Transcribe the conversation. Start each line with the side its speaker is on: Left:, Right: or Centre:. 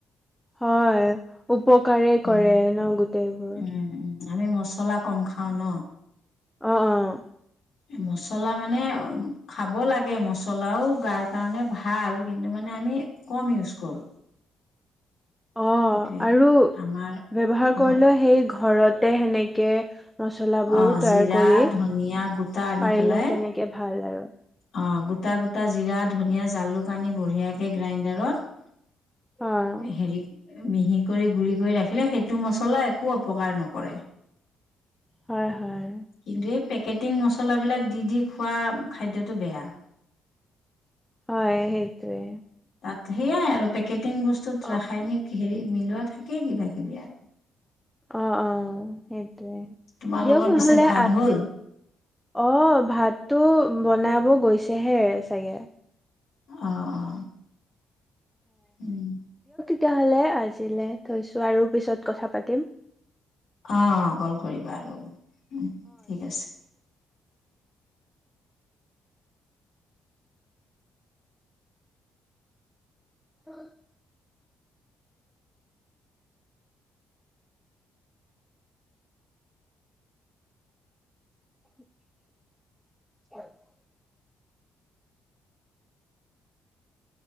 Centre: হয়। উপকাৰে
Left: উম
Centre: কৰে ন গোটেইবোৰ
Left: উম উম আমি মচলা কম খাওঁ ন।
Centre: অহ অ
Left: মচলা মানে খাব লাগে মছলাও গাৰ কাৰণে ভাল কিন্তু মানে আমি কম ইউজ কৰোঁ।
Centre: অ
Left: সেইটোৱে
Centre: আৰু
Left: আমাৰ
Centre: ব্যৱহাৰ
Left: অসমত
Centre: কৰিলে সেই। ঘৰতে সেনেকে। মচলাবোৰ
Left: অ
Centre: তৈয়াৰ
Left: জিৰা
Centre: কৰি
Left: ধনিয়া গোটা আনি
Centre: পাৰিলে
Left: পেলাই
Centre: তেনেকে ভাল আৰু।
Left: অ গোটা গোটা জিৰা ধনিয়া জাল জালুক আনি বঢ়িয়াকে গ্ৰাইণ্ডাৰত
Centre: অ'
Left: হেৰি মিহি কৰি গুড়ি কৰি ৰাখিলে সেইটো মছলা একো অপকাৰ নকৰে।
Centre: হয় হয়
Left: কিন্তু এই পেকেটিং মছলাবিলাক দি দি খোৱা খাদ্যত। টো বেয়া।
Centre: হয় সেইটোৱে
Left: তাত সেইয়াই আৰু পেকেট। টিং বস্তুতো ৰাসায়নিক
Centre: অ'
Left: হেৰি মিলোৱা থাকেই কিবা কিবি আৰু।
Centre: অ অ সেইটোয়ে
Left: তোমালোকৰ
Centre: দিয়ক
Left: পিছে
Centre: নহ'লে
Left: ভাত
Centre: আজি।
Left: হ'ল?
Centre: অ ভাতটো বনাব গৈছেহে চাগে।
Left: অ অ উম
Centre: তেতিয়া হ'লে আজিলে থৈছোঁ আৰু পিছত কথা পাতিম।
Left: অ কল কৰিবা আৰু ঠিক আছে।
Centre: উ উ